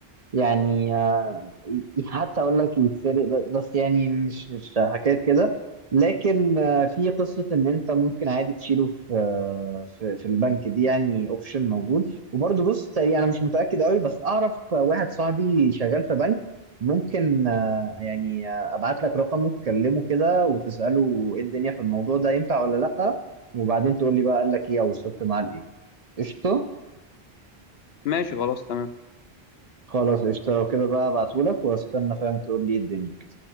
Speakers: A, on the right (about 45°); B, on the left (about 75°).
A: يعني آه، حتى اقول لك يتسرق ب- بس يعني مش مش حكايه كده لكن آه، في قصه ان انت ممكن عادي تشيله في آه، في, في البنك دي يعني اوبشن موجود وبرضه بص تقريباً انا مش متاكد قوي بس اعرف واحد صاحبي شغال في بنك ممكن آه، يعني آه، ابعت لك رقمه تكلمه كده وتساله ايه الدنيا في الموضوع ده ينفع ولا لا وبعدين تقول لي بقى قال لك ايه او وصلت معاه لايه قشطه
B: ماشي خلاص تمام
A: خلاص قشطه لو كده بقى ابعتهولك واستنى فاهم تقول لي ايه الدنيا كده